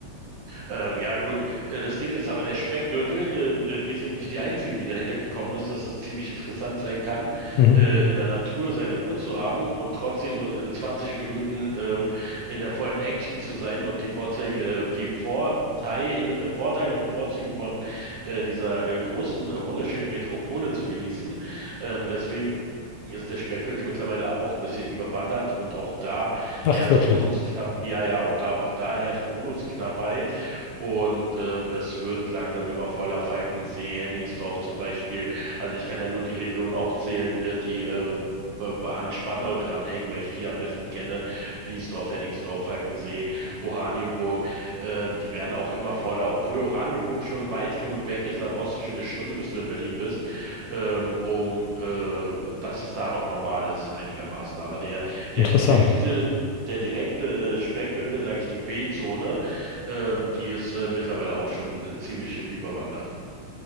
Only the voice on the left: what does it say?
Mhm.
Ach,
wirklich.
Interessant.